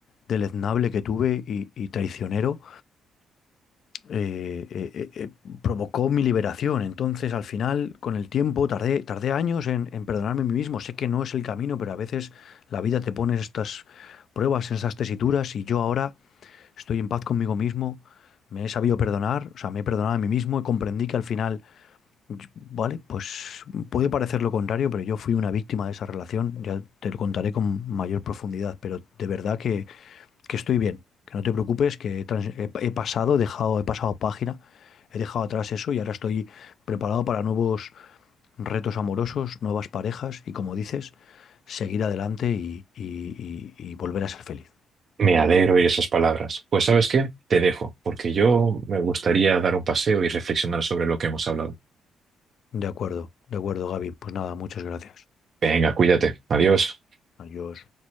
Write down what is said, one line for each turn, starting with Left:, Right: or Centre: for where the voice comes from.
Left: deleznable que tuve y, y traicionero, eh, eh, eh, provocó mi liberación. Entonces, al final, con el tiempo, tardé, tardé años en, en perdonarme a mí mismo. Sé que no es el camino, pero a veces la vida te pone estas pruebas, en esas tesituras, y yo ahora estoy en paz conmigo mismo, me he sabido perdonar, o sea, me he perdonado a mí mismo y comprendí que al final yo- Vale, pues puede parecer lo contrario, pero yo fui una víctima de esa relación. Ya te lo contaré con mayor profundidad, pero de verdad que, que estoy bien. Que no te preocupes, que he, trans- he he pasado, he dejado, he pasado página, he dejado atrás eso y ahora estoy preparado para nuevos retos amorosos, nuevas parejas y, como dices, seguir adelante y, y y- y volver a ser feliz.
Right: Me alegro de esas palabras. Pues ¿sabes qué? Te dejo, porque yo me gustaría dar un paseo y reflexionar sobre lo que hemos hablado.
Left: De acuerdo, de acuerdo, Gaby. Pues nada, muchas gracias.
Right: Venga, cuídate. Adiós.
Left: Adiós.